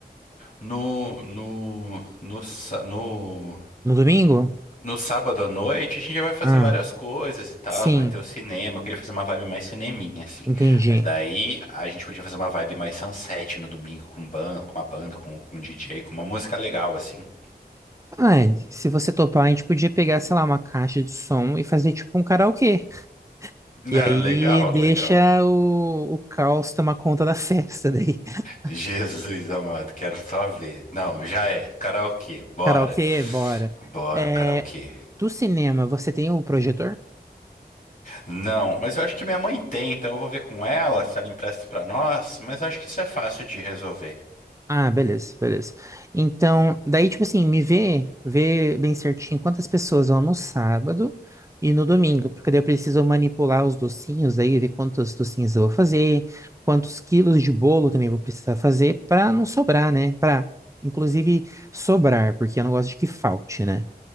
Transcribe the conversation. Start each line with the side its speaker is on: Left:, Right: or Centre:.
Left: no, no, no, sa- no,
Right: No domingo?
Left: no sábado à noite a gente já vai fazer
Right: Ah,
Left: várias coisas e tal,
Right: sim,
Left: vai ter o cinema, eu queria fazer uma vibe mais cineminha, assim.
Right: entendi.
Left: Mas daí a gente podia fazer uma vibe mais sunset no domingo com, ban com uma banda, com, com um DJ, com uma música legal, assim.
Right: Ai, se você topar, a gente podia pegar, sei lá, uma caixa de som e fazer tipo um karaokê. E
Left: Ah,
Right: aí
Left: legal,
Right: deixa
Left: legal.
Right: o, o caos tomar conta da festa daí. <laughs>
Left: Jesus amado, quero só ver. Não, já é. Karaokê, bora.
Right: Karaokê, bora.
Left: Bora,
Right: É,
Left: um karaokê.
Right: do cinema, você tem o projetor?
Left: Não, mas eu acho que minha mãe tem, então eu vou ver com ela se ela empresta pra nós, mas eu acho que isso é fácil de resolver.
Right: Ah, beleza, beleza. Então, daí, tipo assim, me vê, vê bem certinho quantas pessoas vão no sábado e no domingo, porque daí eu preciso manipular os docinhos aí, ver quantos docinhos eu vou fazer, quantos quilos de bolo também eu vou precisar fazer para não sobrar, né? Para, inclusive, sobrar, porque eu não gosto de que falte, né?